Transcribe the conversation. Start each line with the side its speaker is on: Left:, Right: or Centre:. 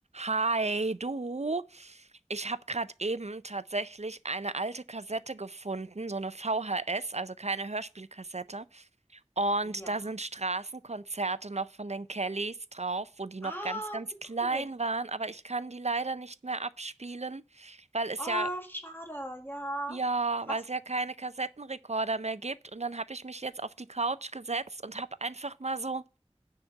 Right: Hi, du. Ich habe gerade eben tatsächlich eine alte Kassette gefunden, so eine VHS, also keine Hörspielkassette. Und
Left: Ja.
Right: da sind Straßenkonzerte noch von den Kellys drauf, wo die noch
Left: Ah,
Right: ganz, ganz
Left: wie
Right: klein
Left: cool.
Right: waren. Aber ich kann die leider nicht mehr abspielen, weil es
Left: Oh,
Right: ja,
Left: schade. Ja.
Right: ja,
Left: Krass.
Right: weil es ja keine Kassettenrekorder mehr gibt. Und dann habe ich mich jetzt auf die Couch gesetzt und habe einfach mal so